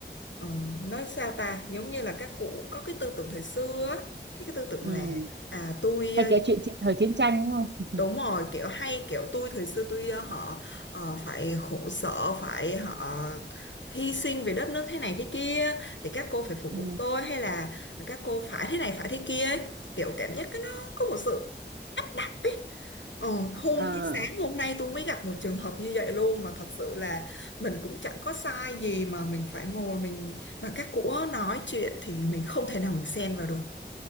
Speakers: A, on the left; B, on the right.
A: ờ, nói sao ta giống như là các cụ có cái tư tưởng thời xưa á, cái, cái tư tưởng
B: ừ
A: là à tôi
B: hay kể chuyện chi- thời chiến tranh đúng không
A: Đúng
B: <laughs>
A: rồi, kiểu hay kiểu tôi thời xưa tôi ờ, họ ờ, phải khổ sở, phải họ hy sinh vì đất nước thế này thế kia thì các cô phải phục
B: Ừ.
A: vụ tôi hay là các cô phải thế này phải thế kia ấy. Kiểu cảm giác cái nó có một sự áp đặt ấy. Ờ, hôm
B: À,
A: sáng hôm nay tôi mới gặp một trường hợp như vậy luôn mà thật sự là mình cũng chẳng có sai gì mà mình phải ngồi mình mà các cụ nói chuyện thì mình không thể nào mình xen vào được.